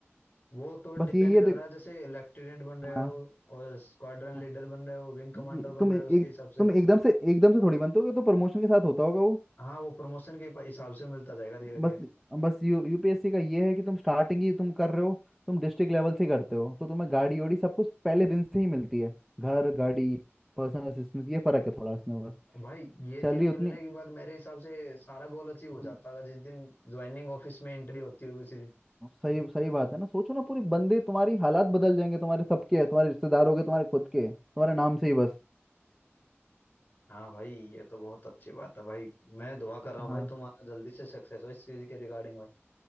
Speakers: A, on the left (about 45°); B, in the centre.
A: वो तो
B: बस
A: डिपेंड
B: ये ये
A: कर
B: देखो
A: रहा है जैसे लेफ्टिनेंट बन रहे हो
B: हाँ
A: और स्क्वाड्रन
B: हाँ,
A: लीडर बन रहे हो विंग कमांडर
B: ये
A: बन
B: तुम
A: रहे
B: एक
A: हो उसके हिसाब से
B: तुम एकदम से एकदम से थोड़ी बनते होगे तो प्रमोशन के साथ होता होगा वो
A: हाँ वो प्रमोशन के हिसाब से मिलता जाएगा धीरे धीरे
B: बस बस यू यूपीएससी का ये है कि तुम स्टार्टिंग ही तुम कर रहे हो तुम डिस्ट्रिक्ट लेवल से ही करते हो तो तुम्हें गाड़ी ओड़ी सब कुछ पहले दिन से ही मिलती है घर गाड़ी पर्सनल असिस्टेंस ये फर्क है थोड़ा इसमें बस
A: भाई ये
B: सैलरी
A: चीज
B: उतनी
A: मिलने के बाद मेरे हिसाब से सारा गोल अचीव हो
B: हम्म,
A: जाता है जिस दिन ज्वाइनिंग ऑफिस में एंट्री होती होगी उसी दिन
B: सही सही बात है ना सोचो ना पूरी बंदे तुम्हारी हालात बदल जाएंगे तुम्हारे सबके तुम्हारे रिश्तेदारों के तुम्हारे खुद के तुम्हारे नाम से ही बस
A: हाँ भाई ये तो बहुत अच्छी बात है भाई मैं दुआ कर रहा हूँ
B: हाँ
A: भाई तुम्हारा जल्दी से सक्सेस हो इस चीज के रिगार्डिंग भाई